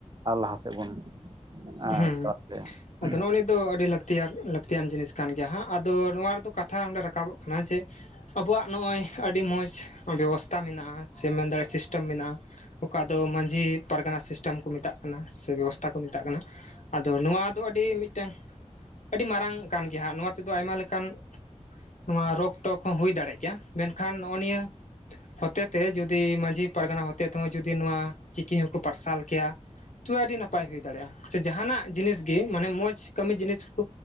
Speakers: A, on the right; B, on the left.
A: ᱟᱨ ᱞᱟᱦᱟ ᱥᱮᱫ ᱵᱚᱱ <unintelligible>
B: ᱦᱩᱸ ᱟᱫᱚ ᱱᱚᱜᱼᱚ ᱱᱤᱭᱟᱹ ᱫᱚ ᱟᱹᱰᱤ ᱞᱟᱹᱠᱛᱤᱭᱟ ᱞᱟᱹᱠᱛᱤᱭᱟᱱ ᱡᱤᱱᱤᱥ ᱠᱟᱱ ᱜᱮᱭᱟ ᱱᱟᱜ ᱟᱫᱚ ᱱᱚᱣᱟ ᱨᱮᱫᱚ ᱠᱟᱛᱷᱟ ᱚᱸᱰᱮ ᱨᱟᱠᱟᱵᱚᱜ ᱠᱟᱱᱟ ᱡᱮ ᱟᱵᱚᱣᱟᱜ ᱱᱚᱜᱼᱚᱭ ᱟᱹᱰᱤ ᱢᱚᱡᱽ ᱵᱮᱵᱚᱥᱛᱷᱟ ᱢᱮᱱᱟᱜᱼᱟ ᱥᱮ ᱢᱮᱱ ᱫᱟᱲᱮᱭᱟᱜ ᱥᱤᱥᱴᱮᱢ ᱢᱮᱱᱟᱜᱼᱟ ᱚᱠᱟ ᱫᱚ ᱢᱟᱺᱡᱷᱤ ᱯᱟᱨᱜᱟᱱᱟ ᱥᱤᱥᱴᱮᱢ ᱠᱚ ᱢᱮᱛᱟᱜ ᱠᱟᱱᱟ ᱥᱮ ᱵᱮᱵᱚᱥᱛᱷᱟ ᱠᱚ ᱢᱮᱛᱟᱜ ᱠᱟᱱᱟ ᱟᱫᱚ ᱱᱚᱣᱟ ᱫᱚ ᱟᱹᱰᱤ ᱢᱤᱫᱴᱟᱝ ᱟᱹᱰᱤ ᱢᱟᱨᱟᱝ ᱠᱟᱱ ᱜᱮᱭᱟ ᱦᱟᱸᱜ ᱱᱚᱣᱟ ᱛᱮᱫᱚ ᱟᱭᱢᱟ ᱞᱮᱠᱟᱱ ᱱᱚᱣᱟ ᱨᱳᱜᱽ ᱴᱚᱜ ᱦᱚᱸ ᱦᱩᱭ ᱫᱟᱲᱮᱜ ᱜᱮᱭᱟ ᱢᱮᱱᱠᱷᱟᱱ ᱱᱚᱜᱼᱚᱭ ᱱᱤᱭᱟᱹ ᱦᱚᱛᱮ ᱛᱮ ᱡᱩᱫᱤ ᱢᱟᱺᱡᱷᱤ ᱯᱟᱨᱜᱟᱱᱟ ᱦᱚᱛᱮ ᱛᱮᱦᱚᱸ ᱡᱩᱫᱤ ᱱᱚᱣᱟ ᱪᱤᱠᱤ ᱦᱚᱸᱠᱚ ᱯᱟᱨᱥᱟᱞ ᱠᱮᱭᱟ ᱛᱚᱵᱮ ᱟᱹᱰᱤ ᱱᱟᱯᱟᱭ ᱦᱩᱭ ᱫᱟᱲᱮᱭᱟᱜᱼᱟ ᱥᱮ ᱡᱟᱦᱟᱸᱱᱟᱜ ᱡᱤᱱᱤᱥ ᱜᱮ ᱢᱟᱱᱮ ᱢᱚᱡᱽ ᱠᱟᱹᱢᱤ ᱡᱤᱱᱤᱥ ᱠᱚ